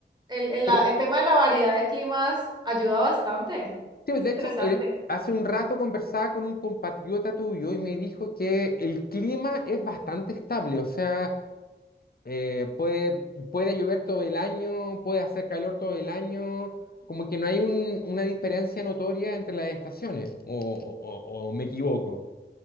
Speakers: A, on the right; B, on the left.
A: El, el
B: Pero
A: la- el tema de la variedad de climas ayuda bastante.
B: sí,
A: Es
B: de
A: interesante.
B: hecho, eh, hace un rato conversaba con un compatriota tuyo y me dijo que el clima es bastante estable, o sea, eh, puede, puede llover todo el año, puede hacer calor todo el año, como que no hay un- una diferencia notoria entre las estaciones, o o- o- o me equivoco.